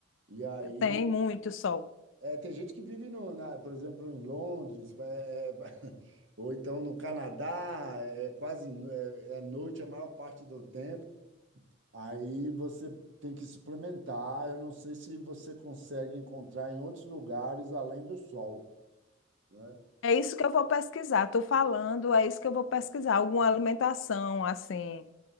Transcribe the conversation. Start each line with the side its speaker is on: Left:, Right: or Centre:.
Right: E aí,
Left: Tem muito sol.
Right: é, tem gente que vive, no, na- por exemplo, em Londres, é, é, <laughs> ou então no Canadá, é é quase no- é, é noite a maior parte do tempo. Aí você tem que suplementar. Eu não sei se você consegue encontrar em outros lugares além do sol, né?
Left: É isso que eu vou pesquisar. Estou falando, é isso que eu vou pesquisar. Alguma alimentação assim